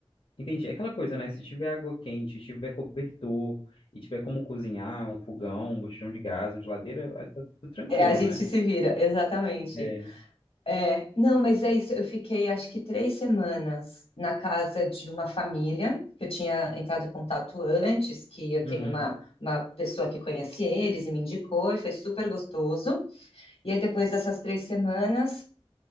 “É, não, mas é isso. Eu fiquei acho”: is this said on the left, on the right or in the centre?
Left